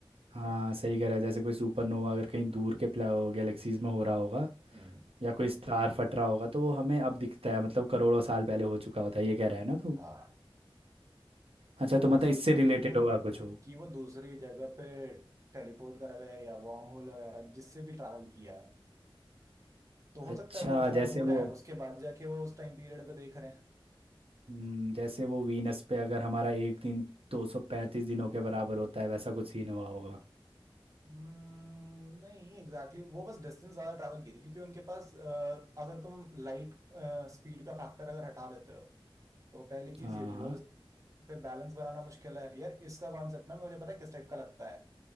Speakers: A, on the right; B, on the right.
A: हाँ सही कह रहा है जैसे कोई सुपरनोवा अगर कहीं दूर के गैलेक्सीज में हो रहा होगा
B: हम्म
A: या कोई स्टार फट रहा होगा तो वो हमें अब दिखता है मतलब करोड़ों साल पहले हो चुका होता है ये कह रहा है ना तू
B: हाँ
A: अच्छा
B: तो
A: तो मतलब
B: हो सकता
A: इससे रिलेटेड
B: है कि वो
A: होगा कुछ हो
B: कि वो दूसरी जगह पे टेलीपोर्ट करा गया है या वॉर्म होल वगैरह जिससे भी ट्रैवल किया है तो हो
A: अच्छा
B: सकता है वो उतना
A: जैसे
B: दूर है
A: वो
B: उसके बाद जाके वो उस टाइम पीरियड पे देख रहे हैं
A: हम्म, जैसे वो वीनस पे अगर हमारा एक दिन दो सौ पैंतीस दिनों के बराबर होता है वैसा कुछ सीन हुआ होगा
B: Hmm, नहीं एग्जैक्टली exactly. वो बस डिस्टेंस ज्यादा ट्रैवल की थी क्योंकि उनके पास अ, अगर तुम लाइट स्पीड का फैक्टर अगर हटा देते हो तो पहली चीज
A: हाँ
B: यूनिवर्स
A: हाँ
B: पे बैलेंस बनाना मुश्किल है यार इसका कॉन्सेप्ट ना मुझे पता है किस टाइप का लगता है